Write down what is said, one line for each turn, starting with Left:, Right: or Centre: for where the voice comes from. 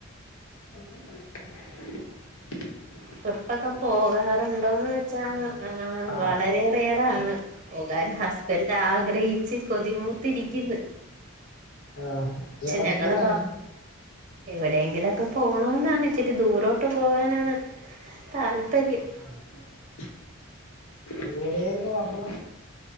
Left: എക്ക പറ <unintelligible>
Right: ട്രിപ്പൊക്കെ പോകാറുണ്ടോന്ന് വെച്ചാ ഏ
Left: ആ
Right: വളരെ റെയറാണ് പോകാൻ ഹസ്സന്റ് ആഗ്രഹിച്ചച്ച് കൊതിമൂത്തിരി കിന്ന്
Left: ആഹ് എവിടെ
Right: ഞങ്ങള്
Left: പോവാനാ
Right: എവിടെയെങ്കിലൊക്കെ പോണന്നാണ് ഇച്ചിരി ദൂരോട്ട് പോകാനാണ് താല്പര്യം
Left: <unintelligible> ദൂരെന്ന് പറഞ്ഞ